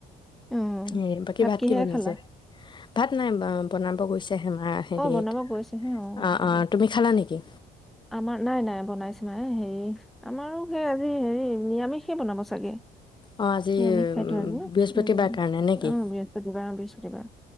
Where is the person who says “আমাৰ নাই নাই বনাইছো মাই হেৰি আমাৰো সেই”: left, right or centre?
Centre